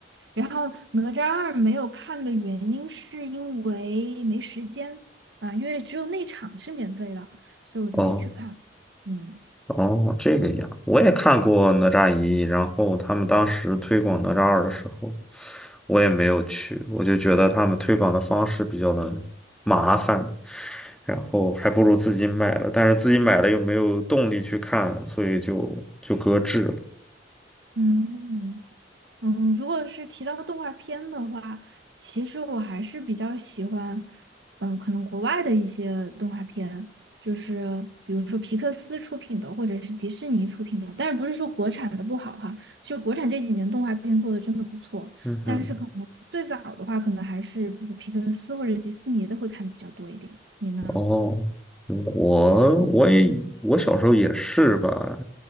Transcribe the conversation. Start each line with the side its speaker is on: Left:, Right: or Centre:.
Right: 然后哪吒二没有看的原因是因为没时间啊，因为只有那场是免费的，所以我就没去看。
Centre: 哦
Right: 嗯
Centre: 哦，这个样，我也看过哪吒一，然后他们当时推广哪吒二的时候，我也没有去，我就觉得他们推广的方式比较的麻烦，然后还不如自己买了，但是自己买了又没有动力去看，所以就就搁置了，
Right: 嗯。嗯，如果是提到动画片的话，其实我还是比较喜欢，嗯，可能国外的一些动画片，就是比如说皮克斯出品的，或者是迪士尼出品的。但是不是说国产的不好哈，就国产这几年动画片做的真的不错。
Centre: 嗯哼。
Right: 但是可能最早的话，可能还是比如说皮克斯或者迪士尼的会看的比较多一点。你呢？
Centre: 哦，我我也我小时候也是吧，